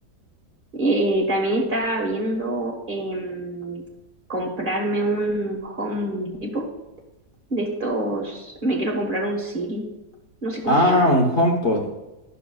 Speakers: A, on the right (about 35°); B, on the left (about 45°).
A: Eh, también estaba viendo em, comprarme un Home Depot de estos. Me quiero comprar un Siri. No sé cómo
B: Ah,
A: se llaman.
B: un HomePod.